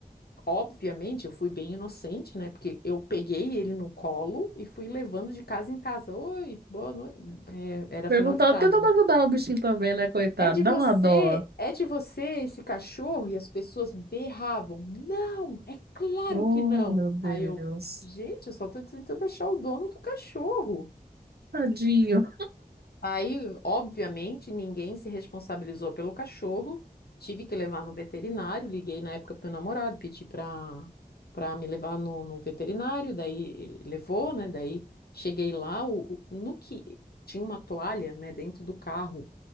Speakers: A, on the left; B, on the right.
A: obviamente, eu fui bem inocente, né? Porque eu peguei ele no colo e fui levando de casa em casa. Oi, boa noite. É, era
B: Perguntar,
A: final de tarde,
B: tentando
A: né?
B: ajudar o bichinho também, né, coitado?
A: É de
B: Dá
A: você,
B: uma dó.
A: é de você esse cachorro? E as pessoas berravam. Não, é claro
B: Oh,
A: que não.
B: meu Deus.
A: Aí eu, gente, eu só tô tentando achar o dono do cachorro.
B: Tadinho,
A: Aí, obviamente, ninguém se responsabilizou pelo cachorro. Tive que levar no veterinário. Liguei na época pro meu namorado, pedi para para me levar no, no veterinário. Daí ele levou, né? Daí cheguei lá, o, o- no que tinha uma toalha, né, dentro do carro.